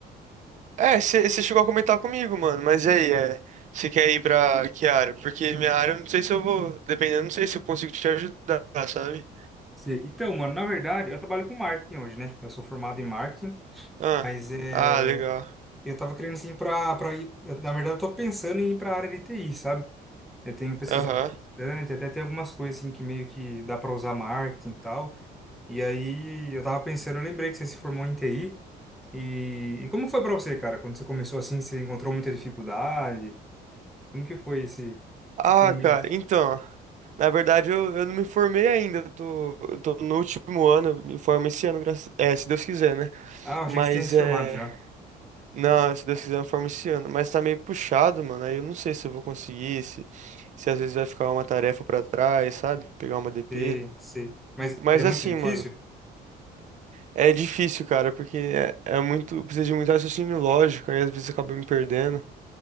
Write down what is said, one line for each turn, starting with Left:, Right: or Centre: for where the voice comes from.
Right: É, você chegou a comentar comigo, mano. Mas e aí, é... Você quer ir pra que área? Porque minha área, eu não sei se eu vou... Dependendo, não sei se eu consigo te ajudar, sabe?
Centre: Você- Então, mano, na verdade, eu trabalho com marketing hoje, né? Eu sou formado em marketing,
Right: Ah,
Centre: mas é...
Right: ah, legal.
Centre: eu tava querendo assim pra, pra ir. eu, na verdade, eu tô pensando em ir pra área de TI, sabe? Eu tenho pesquisado
Right: Aham.
Centre: bastante, até tem algumas coisas assim que meio que dá para usar marketing e tal. E aí eu tava pensando, eu lembrei que você se formou em TI. E, e como foi para você, cara? Quando você começou assim, você encontrou muita dificuldade? Como que foi esse,
Right: Ah,
Centre: esse começo?
Right: cara, então... Na verdade, eu, eu não me formei ainda. Eu tô, eu tô no último ano. eu Me formo esse ano, graças... É, se Deus quiser, né?
Centre: Ah, eu achei
Right: Mas,
Centre: que você tinha se
Right: é...
Centre: formado já.
Right: Não, se Deus quiser, eu formo esse ano. Mas tá meio puxado, mano. Aí eu não sei se eu vou conseguir, se, se às vezes vai ficar uma tarefa pra trás, sabe? Pegar uma DP.
Centre: Sei, sei. Mas
Right: Mas
Centre: é muito
Right: assim,
Centre: difícil?
Right: mano, é difícil, cara, porque é, é muito. Precisa de muito raciocínio lógico, aí às vezes acaba me perdendo.